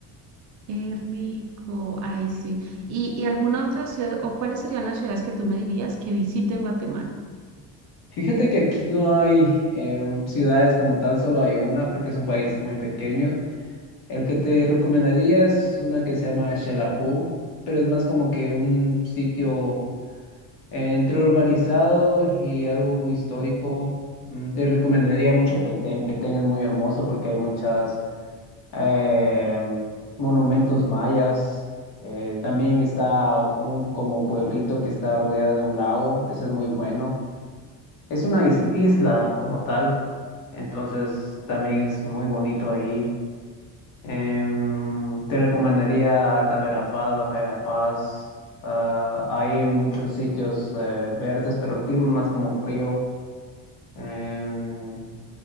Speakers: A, on the right; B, on the left.
A: Qué rico, ay sí. ¿Y, y alguna otra ciudad, o cuáles serían las ciudades que tú me dirías que visite en Guatemala?
B: Fíjate que aquí no hay em, ciudades como tal, solo hay una porque es un país muy pequeño. El que te recomendaría es una que se llama Xelajú, pero es más como que un sitio Entre urbanizados y algo histórico, mm, te recomendaría mucho Petén. Petén es muy hermoso porque hay muchas eh, monumentos mayas. Eh, también está un como pueblito que está rodeado de un lago. Ese es muy bueno. Es una is- isla como tal. Entonces también es muy bonito ahí. Em, te recomendaría Alta Verapaz, Baja Verapaz. Ah, hay muchos sitios eh, verdes, pero el clima es más como frío. Em,